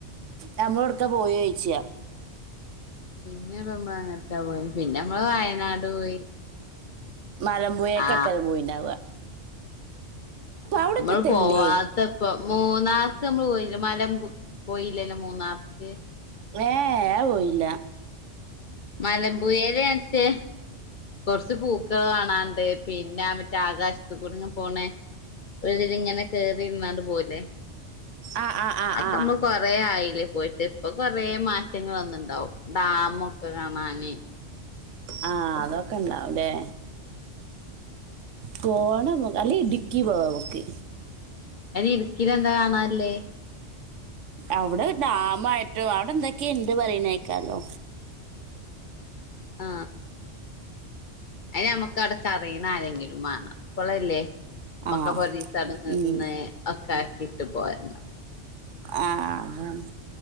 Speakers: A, on the right; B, on the left.
A: നമ്മള് ഒടുക്കാ പോയെചോയ്ച്ചാ
B: പിന്നെ നമ്മള് എങ്ങട്ടാ പോയെ പിന്നെ നമ്മള് വയനാട് പോയി
A: മലംമ്പുയെ
B: ആ
A: കൊക്കെപോയിണ്ടാവ
B: നമ്മൾ
A: അവിടെപ്പത്തല്ലേ
B: പോവാത്തപ്പം മൂന്നാർക്ക് നമ്മള് പോയില്ല മലം പോയില്ലല്ലോ മൂന്നാർക്ക്
A: ഏ ഏ അഹ്പോയില്ല
B: മലബുയേല് മറ്റേ കൊറച്ച്പൂക്കൾ കാണാണ്ട് പിന്നെ മറ്റേ ആകാശത്ത്കൂടിങ്ങനെ പോണേ ഒരിതിൽ ഇങ്ങനെ കേറിയിരുന്നാണ്ട് പോവല്ലേ
A: ആഹ് ആഹ് ആഹ്
B: അപ്പം
A: ആഹ്
B: മ്മൾ കൊറെ ആയില്ലേ പോയിട്ട് ഇപ്പൊ കൊറേ മാ റ്റങ്ങൾ വന്നിണ്ടാവും ഡാമ്ഒക്കെ കാണാന്
A: ആ അതൊക്കെണ്ടാവുംല്ലേ പോണംമ്മ അല്ലേ ഇടുക്കി പോവാ നമ്മക്
B: അയ്ന് ഇടുക്കില് എന്താ കാണാല്ലേ
A: അവിടെ ഡാമ ആയിട്ടോ അവിടെ എന്തൊക്കെ ഇണ്ട് പറയ്ണ് കേക്കാലോ
B: ആ ആയ്ന് നമ്മക്ക് അവിടെക്ക് അറി യ്ണ ആരെങ്കിലും മാണം അപ്പളല്ലേ മ്മക്ക്
A: ആഹ്
B: ഒരീസം അടെ നിന്ന്
A: ഉം
B: ഒക്കെ ആക്കിട്ട് പോരണം
A: ആ അതാണ്